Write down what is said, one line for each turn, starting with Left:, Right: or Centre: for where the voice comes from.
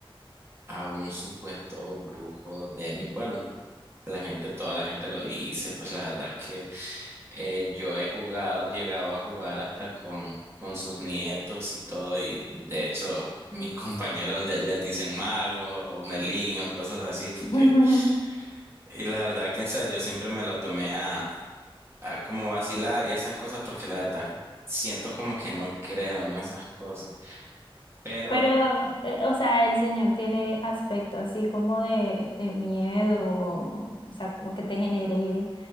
Right: a un supuesto brujo de mi pueblo. La gente, toda la gente lo dice, pues la verdad que eh, yo he jugado, llegado a jugar hasta con, con sus nietos y todo, y de hecho mis <laughs> compañeros de, les dicen magos o Merlín o cosas así, porque,
Left: <laughs>
Right: y la verdad que o sea, yo siempre me lo tomé a, a como vacilar y esas cosas, porque la verdad siento como que no creo en esas cosas. Pero
Left: Pero, eh, o sea, el señor tiene aspecto así como de, de miedo, o sea, como que te genere